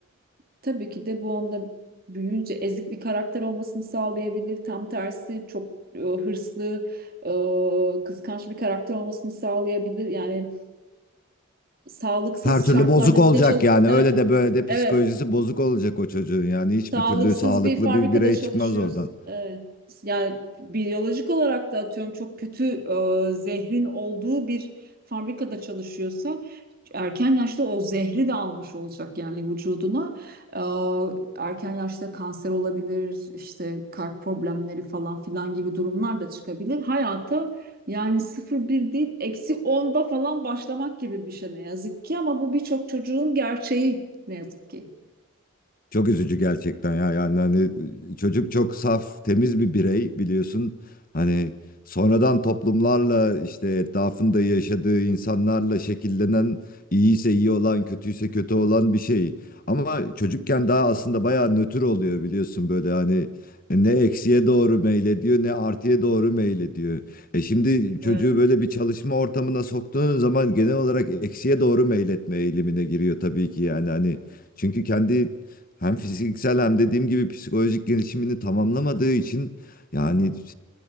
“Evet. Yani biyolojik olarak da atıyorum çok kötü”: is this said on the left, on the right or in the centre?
Right